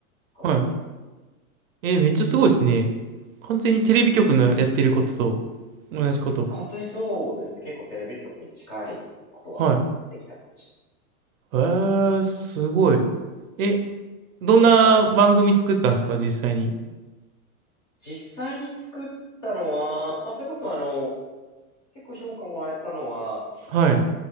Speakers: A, on the left (about 20°); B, on the right (about 65°).
A: ことですね。
B: はい。えー、めっちゃすごいですね。完全にテレビ局のやってることと同じこと。
A: 本当にそうですね。結構テレビ局に近いことはできたかもしれない。
B: はい。えー、すごい。え、どんな番組作ったんですか、実際に。
A: 実際に作ったのは、まあ、それこそあの、結構評価もらえたのは、
B: はい。